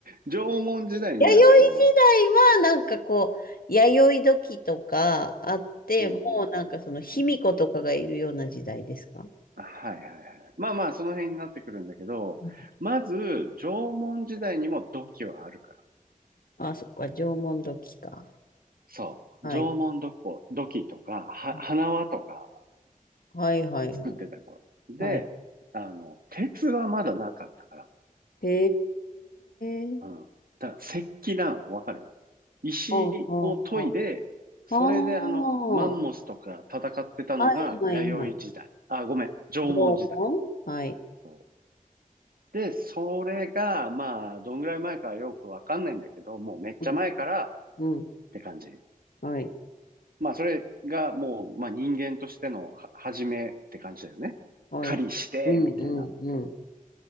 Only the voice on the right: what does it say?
縄文時代になると、
うんうんうん。
はいはいはい。まあまあ、その辺になってくるんだけど、
まず、縄文時代にも土器はあるから。
そう。
縄文土器、土器とか、は、
花輪とか
作ってた頃。で、
あの、鉄はまだなかったから。
うん。だから石器なの、わかる石を研いで、
それであの、
マンモスとか戦ってたのが弥生時代。
あ、ごめん、縄文時代。
そう。で、それが、まあ、どんぐらい前かよくわかんないんだけど、もうめっちゃ前からっ
て感じ。
まあ、それがもう、まあ、人間としてのは始めって感じだよね。
狩りして、
みたいな。